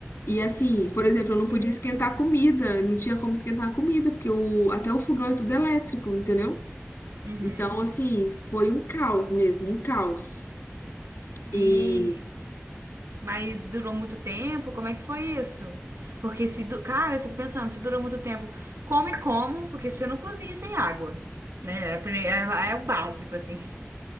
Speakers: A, on the left; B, on the right.
A: E assim, por exemplo, eu não
B: Meu
A: podia esquentar
B: Deus.
A: a comida, não tinha como esquentar a comida, porque o, até o fogão é tudo elétrico, entendeu?
B: Uhum.
A: Então, assim, foi um caos mesmo, um caos.
B: E
A: E.
B: mas durou muito tempo? Como é que foi isso? Porque se, du- cara, eu fico pensando, se durou muito tempo, come como? Porque você não cozinha sem água, né? É, a é- é o básico assim.